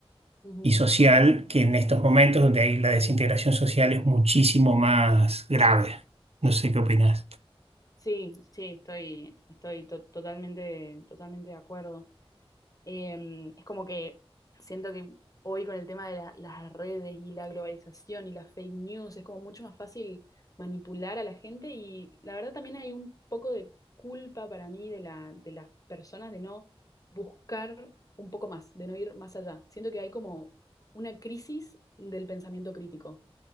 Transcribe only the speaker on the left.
ujú.
Sí, sí, estoy, estoy to- totalmente, totalmente de acuerdo. Eh, es como que siento que hoy con el tema de la- las redes y la globalización y las fake news es como mucho más fácil manipular a la gente y la verdad también hay un poco de culpa para mí de la, de las personas de no buscar un poco más, de no ir más allá. Siento que hay como una crisis del pensamiento crítico.